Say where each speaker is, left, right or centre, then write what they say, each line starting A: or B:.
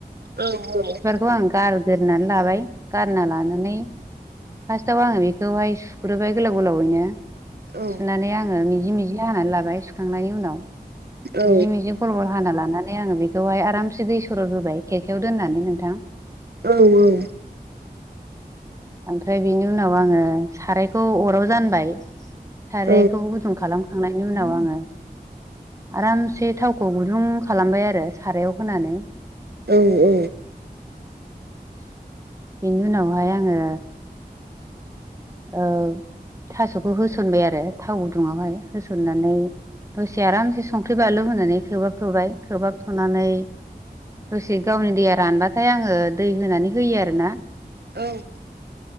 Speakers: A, on the right (about 80°); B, on the right (about 20°).
A: औ औ।
B: खौ आं गारगोरोननानै लाबाय गारना लानानै फार्स्टाव आङो बेखौहाय सुग्रोबाय गोलाव गोलावैनो
A: औ
B: सुनानै आङो मिजि मिजि हानानै लाबाय सुखांनायनि उनाव।
A: औ
B: मिजि मिजि गलबल हाना लानानै आङो बेखौहाय आरामसे दै सर' होबाय खेरखायाव दोननानै नोंथां।
A: औ औ।
B: ओमफ्राय बेनि उनाव आङो सारायखौ अराव जानबाय सारायखौ
A: औ
B: गुदुं खालामखांनायनि उनाव आङो आरामसे थावखौ गुदुं खालामबाय आरो सारायाव होनानै।
A: औ औ।
B: बेनि उनावहाय आङो ओ थास'खौ होस'नबाय आरो थाव गुदुङावहाय होस'ननानै दसे आरामसे संख्रि बानलु होनानै खोबहाबथ'बाय खोबहाबथ'नानै दसे गावनि दैया रानबाथाय आङो दै होनानै होयो आरो ना।
A: औ।